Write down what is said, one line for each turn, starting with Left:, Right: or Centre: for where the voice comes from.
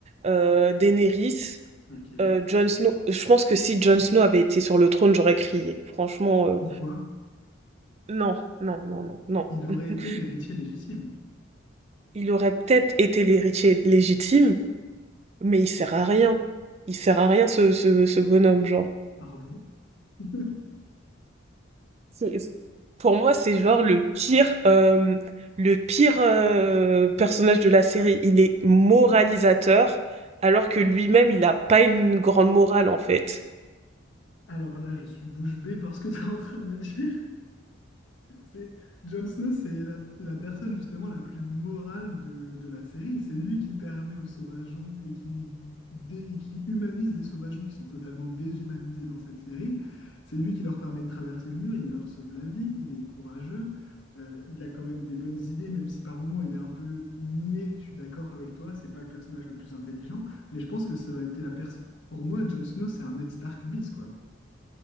Right: euh, Daenerys,
Left: Ok.
Right: euh, Jon Snow. Je pense que si Jon Snow avait été sur le trône, j'aurais crié. Franchement, euh,
Left: Pourquoi?
Right: non, non, non, non, non.
Left: Il aurait
Right: <laughs>
Left: été l'héritier légitime.
Right: Il aurait peut-être été l'héritier légitime, mais il sert à rien. Il sert à rien ce ce, ce bonhomme, genre.
Left: Pardon? <laughs>
Right: C'est pour moi, c'est genre le pire, euh, le pire euh, personnage de la série. Il est moralisateur, alors que lui-même, il n'a pas une grande morale en fait.
Left: Alors là, je suis bouche bée par ce que tu es en train de dire. C'est Jon Snow, c'est la, la personne justement la plus morale de, de la série. C'est lui qui permet aux sauvageons et qui, dé- et qui humanise les sauvageons qui sont totalement déshumanisés dans cette série. C'est lui qui leur permet de traverser le mur, il leur sauve la vie, il est courageux, euh, il a quand même des bonnes idées, même si par moments il est un peu niais, je suis d'accord avec toi, c'est pas le personnage le plus intelligent, mais je pense que ça aurait été la personne... Pour moi, Jon Snow, c'est un Ned Stark bis, quoi.